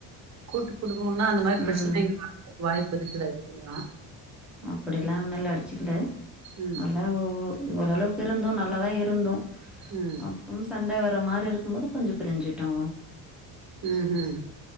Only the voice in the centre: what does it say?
ம்.
அப்டிலா ஒன்னுல்ல அடிச்சிக்கல
நல்லா ஓ ஓரளவுக்கு இருந்தோ நல்லாதா இருந்தோ
அப்றம் சண்ட வர மாரிருக்குபோது கொஞ்சோ பிரிஞ்சுட்டோ